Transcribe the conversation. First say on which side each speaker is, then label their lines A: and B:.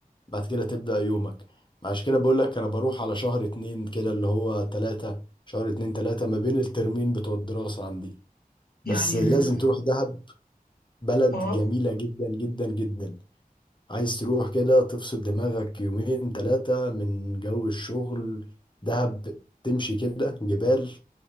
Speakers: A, on the left; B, on the left.
A: بعد كده تبدأ يومك عشان كده بقول لك انا بروح على شهر اتنين كده اللي هو تلاتة شهر اتنين تلاتة ما بين الترمين بتوع الدراسة عندي بس
B: يعني
A: لازم
B: ال-
A: تروح دهب بلد
B: اه
A: جميلة جدا جدا جدا عايز تروح كده تفصل دماغك يومين تلاتة من جو الشغل دهب تمشي كده جبال